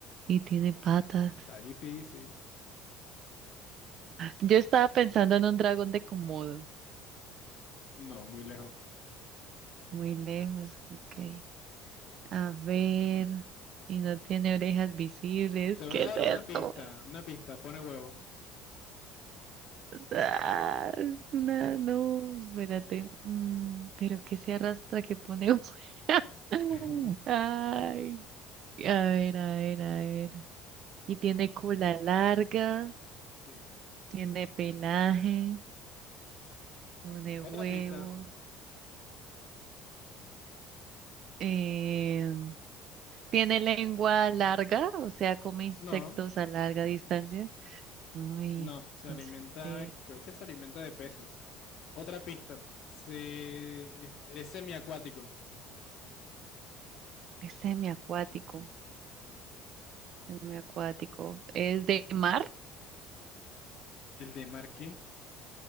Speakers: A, on the right; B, on the left.
A: y tiene patas?
B: Está difícil.
A: Yo estaba pensando en un dragón de Komodo.
B: No, muy lejos.
A: Muy lejos, ok. A ver. Y no tiene orejas visibles.
B: Te voy
A: ¿Qué
B: a
A: es
B: dar
A: esto?
B: una pista, una pista, pone huevos.
A: Ah, no, no, espérate. Mm, pero que se arrastra, que pone. <laughs>
B: <laughs>
A: Ay, a ver, a ver, a ver. Y tiene cola larga,
B: Sí.
A: tiene pelaje, pone
B: Otra
A: huevos.
B: pista.
A: Eh, tiene lengua larga, o sea, come insectos
B: No,
A: a larga distancia. Uy,
B: no, se
A: entonces
B: alimenta,
A: eh,
B: creo que se alimenta de peces. Otra pista, se, es, es semiacuático.
A: es semiacuático, semiacuático. ¿Es de mar?
B: ¿El de mar qué?